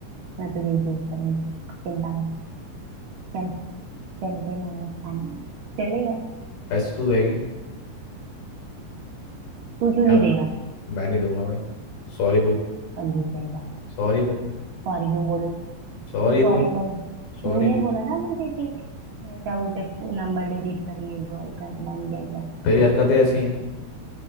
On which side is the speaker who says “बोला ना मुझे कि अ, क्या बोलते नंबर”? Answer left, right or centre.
Right